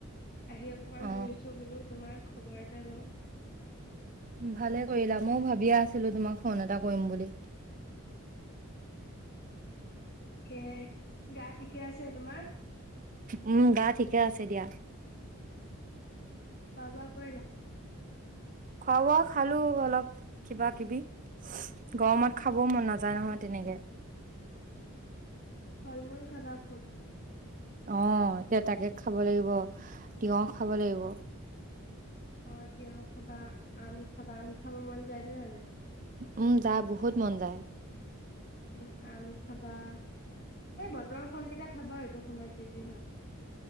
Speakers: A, on the left; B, on the right.
A: আহি অকমান
B: অ
A: বহিছো বোলো তোমাৰ খবৰ এটা লওঁ
B: ভালে কৰিলা ময়ো ভাবিয়া আছিলো তোমাক ফোন এটা কৰিম বুলি
A: কে গা ঠিকে আছে তোমাৰ
B: উম গা ঠিকে আছে দিয়া
A: খোৱা বোৱা কৰিলা
B: খোৱা বোৱা খালো অলপ কিবা কিবি গৰমত
A: অ
B: খাবও মন নাযায় নহয় তেনেকে
A: ফল মূল খাবা খুব
B: অ এ তাকে খাব লাগিব তিয়হ খাব লাগিব
A: অ তিয় খাবা আম খাবা আম খাব মন যায়নে নাযায়
B: উম যা বহুত মন যায়
A: উম আম খাবা এই বতৰৰ ফলকেইটা খাবা এইটো সময়ত যি যি হয়